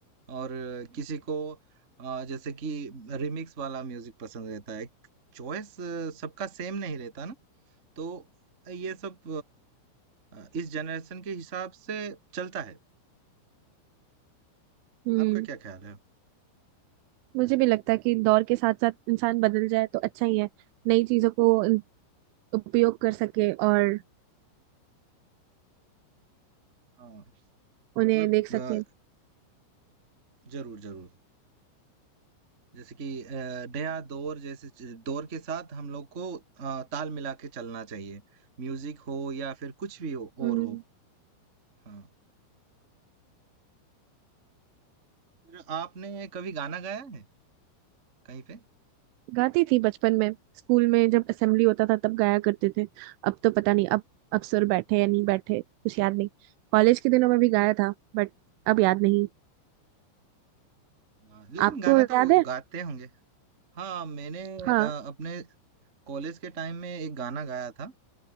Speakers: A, on the right; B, on the right.
A: और किसी को अ, जैसे कि रिमिक्स वाला म्यूजिक पसंद रहता है चॉइस सबका सेम नहीं रहता ना तो ये सब अ, अ, इस जनरेशन के हिसाब से चलता है
B: हम्म
A: आपका क्या ख्याल है
B: मुझे भी लगता है कि दौर के साथ साथ इंसान बदल जाए तो अच्छा ही है नई चीजों को इन- उपयोग कर सके और
A: हाँ
B: उन्हें
A: मतलब
B: देख सके
A: अ, जरूर जरूर जैसे कि अ, नया दौर जैसे च- दौर के साथ हम लोग को अ, ताल मिला के चलना चाहिए म्यूजिक हो या फिर कुछ भी हो
B: हम्म
A: और हो हाँ फिर आपने कभी गाना गाया है कहीं पे
B: गाती थी बचपन में स्कूल में जब असेंबली होता था तब गाया करते थे अब तो पता नहीं अब अब सुर बैठे या नहीं बैठे कुछ याद नहीं कॉलेज के दिनों में भी गाया था बट अब याद नहीं
A: हाँ, लेकिन
B: आपको
A: गाना
B: याद
A: तो
B: है
A: गाते होंगे हाँ मैंने
B: हाँ
A: अ, अपने कॉलेज के टाइम में एक गाना गाया था